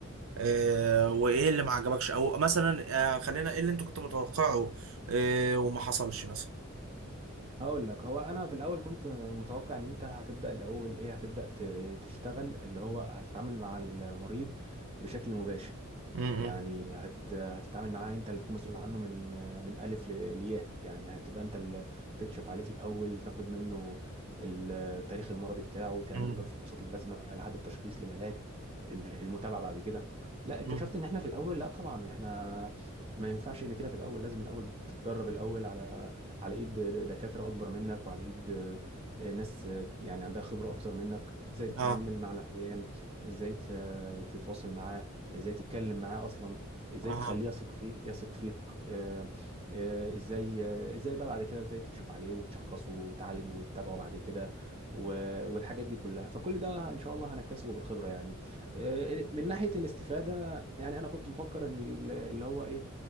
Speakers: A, on the right; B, on the right.
A: آه وايه اللي ما عجبكش او مثلا آه خلينا ايه اللي انت كنت متوقعه آه وما حصلش مثلا
B: هقول لك هو انا في الاول كنت متوقع ان انت هتبدا الاول ايه هتبدا ت- تشتغل اللي هو هتتعامل مع المريض بشكل مباشر
A: امم
B: يعني هت هتتعامل معاه انت اللي تكون مسؤول عنه من من الف ل- لياء يعني هتبقى انت اللي تكشف عليه في الاول تاخد منه التاريخ المرضي بتاعه تعمل
A: امم
B: له الفحوصات اللازمه لحد التشخيص للعلاج المتابعه بعد كده لا
A: امم
B: اكتشفت ان احنا في الاول لا طبعا احنا ما ينفعش ان كده في الاول لازم الاول بتتدرب الاول على على ايد دكاتره اكبر منك وعلى ايد آه، ناس آه، يعني عندها خبره اكتر منك ازاي تتعامل
A: اه
B: مع العيان ازاي ت- تتواصل معاه ازاي تتكلم معاه اصلا ازاي
A: اه
B: تخليه
A: آه.
B: يثق فيك يثق فيك آه، آه، ازاي آه، ازاي بقى بعد كده ازاي تكشف عليه وتشخصه وتعالجه وتتابعه بعد كده و- والحاجات دي كلها فكل ده ان شاء الله هنكتسبه بالخبرة يعني آه، من ناحية الاستفادة يعني انا كنت مفكر ان ال- اللي هو ايه